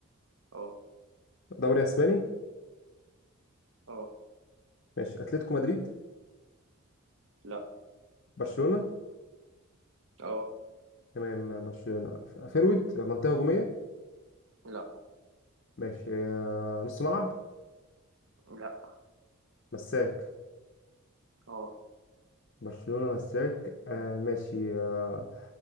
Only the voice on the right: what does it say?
اه
اه
لا
اه
لا
لا
اه